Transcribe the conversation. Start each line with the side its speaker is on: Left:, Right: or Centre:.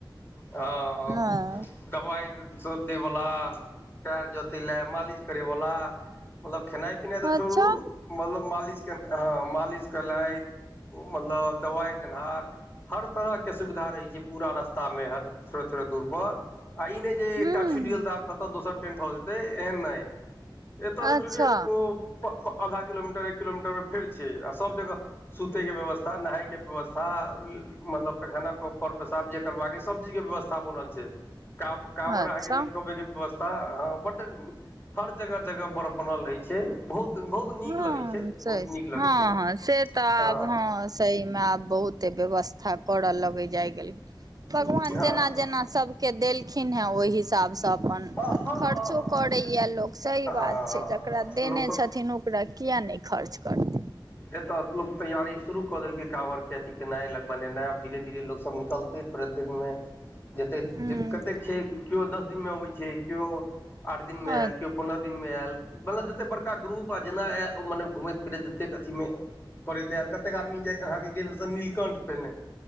Left: हँ
Right: हँ
Left: <unintelligible> दवाइ सब देै बला पैर जते लए मालिश करे बला मतलब खेनाइ पिनाइ तऽ
Right: अच्छा
Left: छोरू मतलब मालिश केँ हऽ मालिश केनाइ ओ मतलब दवाइ देनहार हर तरह केँ सुविधा रहै छै पूरा रस्ता में हर थोड़े थोड़े दूर पर आ ई नै जे
Right: हूँ
Left: एकटा छुट गेल तऽ आब कतऽ दोसर टेन्ट हाउस हेते एहन नै ऐत स
Right: अच्छा
Left: छुटियौ ओ प <unintelligible> आधा किलोमीटर एक किलोमीटर फेर छै आ सभ जगह सुते केँ व्यवस्था नहैय केँ व्यवस्था मतलब पैखाना <unintelligible> पर पेशाब जे करबाक यऽ सब चीज कें व्यवस्था बनल छै का काँवर
Right: अच्छा
Left: अहाँकेँ लटकबे केँ व्यवस्था तऽ हऽ बड हर जगह जगह बड़ बनल रहै छै बहुत बहुत नीक
Right: ह
Left: लगै छै
Right: सही
Left: बहुत
Right: छै
Left: नीक
Right: हऽ
Left: लगै
Right: हऽ से तऽ
Left: हँ
Right: आब हऽ सही में आब बहुते व्यवस्था कथा कर लग जाय गेल भगवान
Left: हँ
Right: जेना जेना सब केँ देलखिन हे ओइ हिसाब से तऽ अपन
Left: हँ हँ हँ हँ हँ
Right: खर्चो करैए
Left: हँ हँ
Right: लोक सही
Left: हँ
Right: बात छै जकरा देने
Left: लोकसभ
Right: छथिन ओकरा किया नैय खर्च करत
Left: एतय लोक तैयारी शुरू क देलकै काँवर के अथी केनाइ लग बनेनाइ आब धीरे धीरे लो सब निकलते प्र देर मे जतेक
Right: हूँ
Left: जे कतेक छैय केओ दस दिन मे अबैत छैय केओ आठ दिन
Right: अ
Left: मे आयल केओ पन्द्रह दिन मे आयल मतलब जतेक बड़का ग्रुप आ जेना आयल ओ मने घुमैत फिरैत जतेक अथी मे पड़ैत आयल कतेक आदमी जे अहाँके गेल से अहाँ के नील कंठ पहिनेे